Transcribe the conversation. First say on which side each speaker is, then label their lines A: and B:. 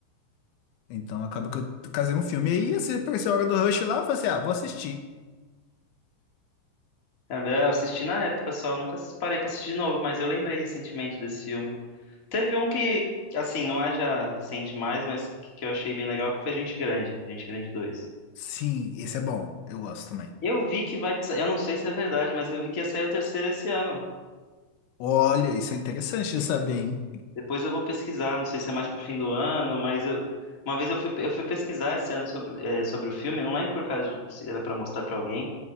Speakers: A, on the left; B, on the left.
A: Então acaba que eu casei um filme. E aí, assim, apareceu a hora do Rush lá. Eu falei assim, ah, vou assistir.
B: caramba, eu assisti na época só, nunca ass- parei pra assistir de novo, mas eu lembrei recentemente desse filme. Teve um que, assim, não é já recente mais, mas que que eu achei bem legal, que foi Gente Grande, Gente Grande dois.
A: Sim, esse é bom. Eu gosto também.
B: Eu vi que vai, sa- eu não sei se é verdade, mas eu vi que ia sair o terceiro esse ano.
A: Olha, isso é interessante de saber,
B: Depois,
A: hein?
B: depois eu vou pesquisar, não sei se é mais pro fim do ano, mas eu, uma vez eu fui, eu fui pesquisar esse ano sobre, eh, sobre o filme, não lembro por causa de, se era pra mostrar pra alguém.